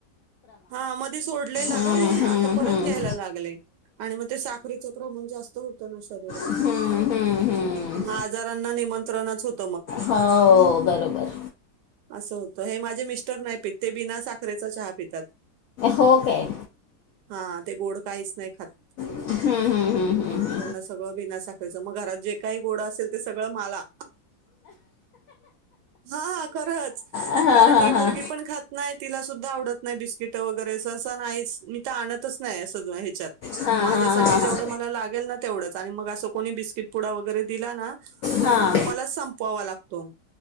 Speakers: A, on the right; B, on the left.
A: हा मध्ये सोडलेला
B: हम्म,
A: ग मी आता
B: हम्म,
A: परत
B: हम्म,
A: घ्यायला लागले. आणि मग ते साखरचं प्रमाण जास्त होत- शरीरात.
B: हम्म, हम्म, हम्म, हम्म.
A: मग आजारांना निमंत्रणच होत-
B: हो बरोबर.
A: असं होतं. हे माझे मिस्टर नाही पित, ते बिना साखरेचा चहा पितात.
B: हो काय.
A: हा ते गोड काहीच नाही खात.
B: हम् हम् हम्.
A: त्यांना सगळं बिना साखरेचं. मग घरात जे काही गोडं असेल ते सगळं माला. हा हा खरंच,
B: हा, हा,
A: कारण ही मुलगी
B: हा.
A: पण खात नाही. तिला सुद्धा आवडत नाही बिस्किट वगैरे सहसा नाहीच, मी तर आणतच नाही असं- आपला ह्याच्यात
B: हा,
A: माझ्यासाठी
B: हा, हा, हा.
A: जेवढं मला लागेल ना तेवढंच आणि मग अस कोणी बिस्किट पुडा वगैरे दिला ना तर
B: हा.
A: मग मला संपवावा लागतो